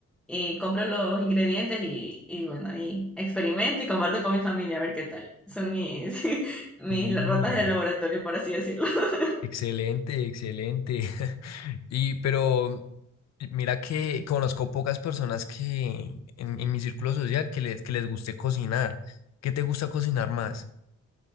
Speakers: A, in the centre; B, on the left.
A: y compro los ingredientes y, y bueno, ahí experimento y comparto con mi familia a ver qué tal. Son mis, <laughs> mis
B: Uy,
A: la- ratas de laboratorio, por así decirlo. <laughs>
B: excelente, excelente. <laughs> Y pero mira que conozco pocas personas que en, en mi círculo social que les, que les guste cocinar. ¿Qué te gusta cocinar más?